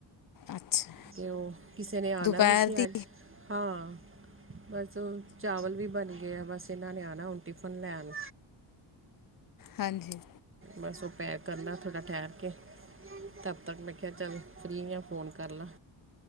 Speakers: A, on the left; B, on the right.
A: ਅੱਛਾ।
B: ਤੇ ਉਹ, ਕਿਸੇ ਨੇ ਆਣਾ
A: ਦੁਪਹਿਰ
B: ਵੀ ਸੀ
A: ਦੀ
B: ਅੱਜ ਹਾਂ ਬਸ ਉਹ ਚਾਵਲ ਵੀ ਬਣ ਗਏ ਆ ਬਸ ਇਹਨਾਂ ਨੇ ਆਣਾ ਹੁਣ ਟਿਫਨ ਲੈਣ
A: ਹਾਂਜੀ।
B: ਬਸ ਉਹ ਪੈਕ ਕਰਨਾ ਥੋੜ੍ਹਾ ਠਹਿਰ ਕੇ ਤਬ ਤੱਕ ਮੈਂ ਕਿਹਾ ਚੱਲ, ਫ੍ਰੀ ਹਾਂ ਫੋਨ ਕਰ ਲਾਂ